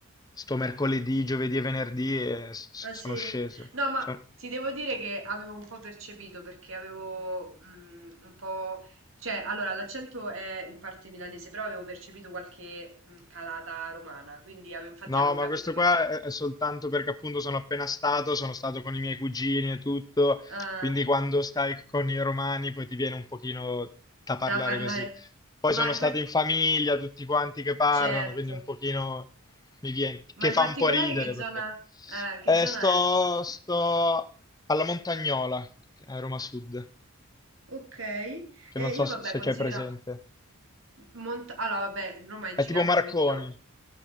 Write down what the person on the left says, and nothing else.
sto mercoledì, giovedì e venerdì e s-
sono
sceso.
So-
No,
ma
questo qua
è è soltanto perché appunto sono appena stato, sono stato con i miei cugini e tutto,
quindi quando stai con i romani poi ti viene un pochino da parlare
così. Poi sono
stati
in famiglia, tutti quanti che parlano,
quindi un pochino mi viene, che
fa
un po' ridere
perché
Eh,
sto,
sto alla Montagnola, a Roma Sud,
che
non so
se
c'è presente.
È
tipo Marconi.